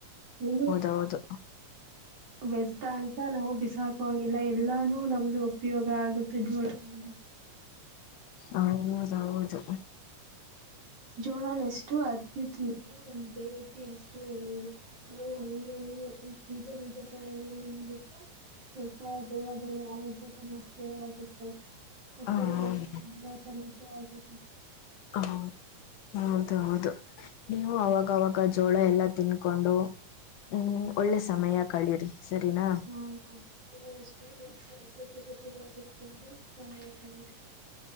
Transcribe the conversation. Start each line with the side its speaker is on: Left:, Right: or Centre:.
Right: ಇ
Left: ಹೌದು,
Right: ವ್ಯರ್ತ ಅಂತ ನಾವು ಬಿಸಾಕಂಗಿಲ್ಲ ಎಲ್ಲಾನು ನಮ್ಗೆ ಉಪಯೋಗ ಆಗುತ್ತೆ ಜೋಳದಿಂದ.
Left: ಹೌದೌದು,
Right: ಜೋಳನು ಎಷ್ಟು ಅಗ್ದಿ ತಿಂತೀರ ನಮ ದೇಹಕ್ಕೆ ಅಷ್ಟು ಒಳ್ಳೇದು. ನಾವು ಅಲ್ಲಿಲ್ಲಿ ಬೀಜ ಬೀಜ <unintelligible> ತಲ ಬಿಟ್ರೆ ಸ್ವಲ್ಪ ದೇಹದಲ್ಲಿ ಆರೋಗ್ಯ ಸಮಸ್ಯೆ ಆಗುತ್ತೆ. ಹೊಟ್ಟೆ
Left: ಹ ಹ
Right: ನೋವು ಬರತದ ಸಮಸ್ಯೆ ಆಗುತ್ತೆ.
Left: ಹಾ <inaudible> ಹೌದ, ಹೌದು ನೀವು ಅವಾಗವಾಗ ಜೋಳ ಎಲ್ಲ ತಿನ್ಕೊಂಡು. ಹ್ಮ್, ಒಳ್ಳೆ ಸಮಯ ಕಳಿರಿ ಸರಿನಾ
Right: ಹ್ಮ್, ನೀವು ಅಷ್ಟೇ ಸ್ನೇಹಿತ ಜೊತೆ ಜೋಳ ತಿನ್ಕೊಂಡು ಸಮಯ ಕಳೀರಿ.